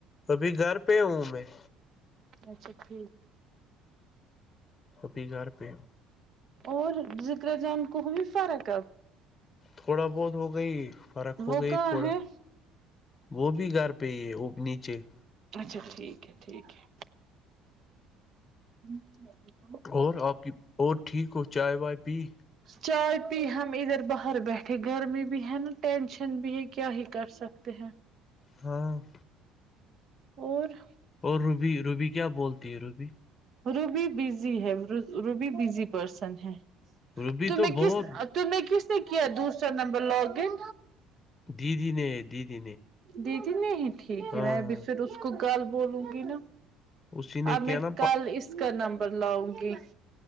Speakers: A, on the left (about 30°); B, on the right (about 50°).
A: ابھی گھر پہ ہوں میں-
B: اچھا- ٹھیک
A: توبھی گھر پہ-
B: اور کر جان کوھ بھی فرق ہے-
A: تھوڑا بہت ہو گئی فرق ہو
B: وہ
A: گئی
B: کہاں
A: تھوڑا-
B: ہے
A: وہ بھی گھر پہ ہے وہ نیچے-
B: اچھا ٹھیک ہے ٹھیک ہے- اچ
A: اور آپ کی اور ٹھیک ہو چائے وائے پی-
B: چائے پی ہم ادھر باہر بیٹھے گرمی بھی ہے, نا ٹینشن بھی ہے کیا ہی کر سکتے ہیں-
A: ہاں-
B: اور?
A: اور روبی روبی کیا بولتی ہے روبی?
B: روبی بزی ہے روبی بزی پرسن ہے
A: روبی
B: تو میں کس-
A: بہت
B: تو میں کس نا ک دوسرا نمبر لاگن
A: دیدی نے ہے دیدی نے
B: دیدی نہیں ٹھیک
A: ہاں
B: ہے میں اب
A: ہاں
B: پھر اس کو گال بولوں گی نا-
A: اسی نے
B: اب
A: کیا
B: میں
A: نا
B: کل اس کا نمبر لاؤں گی